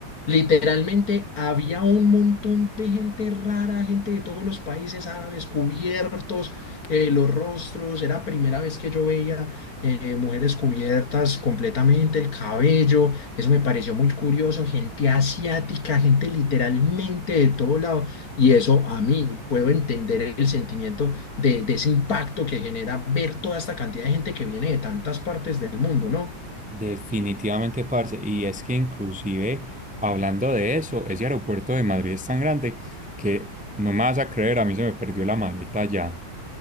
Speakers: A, on the left; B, in the centre.
A: Literalmente había un montón de gente rara, gente de todos los países árabes cubiertos, eh, los rostros, era primera vez que yo veía eh, mujeres cubiertas completamente, el cabello, eso me pareció muy curioso, gente asiática, gente literalmente de todo lado, y eso a mí puedo entender el sentimiento de, de ese impacto que genera ver toda esta cantidad de gente que viene de tantas partes del mundo, ¿no?
B: Definitivamente, parce. Y es que inclusive, hablando de eso, ese aeropuerto de Madrid es tan grande que no me vas a creer, a mí se me perdió la maleta ya.